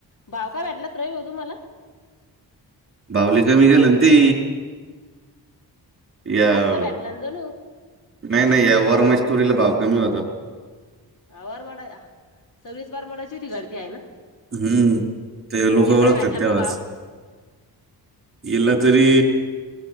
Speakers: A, on the left (about 50°); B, on the right (about 30°).
A: भाव काय भेटलात रवी भाऊ तुमाला?
B: भाव लय कमी गेलं न ते,, याव
A: आठचा भेटला ना जणू
B: नाही नाही या वर म तुरीला भाव कमी होता.
A: हा वारमाडा,, सगळीच वारमाडाची होती गाडी ती आहे ना.
B: हम्म,, ते लोकं
A: तिला काय
B: ओळखतात
A: भेटला मग
B: तेव्हाच..
A: भाव
B: ईला तरी